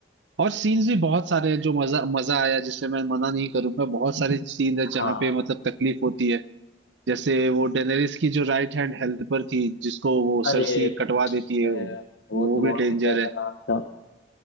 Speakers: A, on the right; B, on the left.
A: और सीन्स भी बहुत सारे हैं जो मजा मजा आया जिसमें मैं मना नहीं करूंगा बहुत सारे सीन है जहाँ
B: हाँ
A: पे मतलब तकलीफ होती है जैसे वो डेनेरिस की जो राइट हैंड हेल्पर थी जिसको वो
B: अरे
A: सरसी कटवा देती
B: अ,
A: है वो
B: वो
A: वो
B: तो बहुत
A: भी डेंजर
B: ही दर्दनाक
A: है
B: था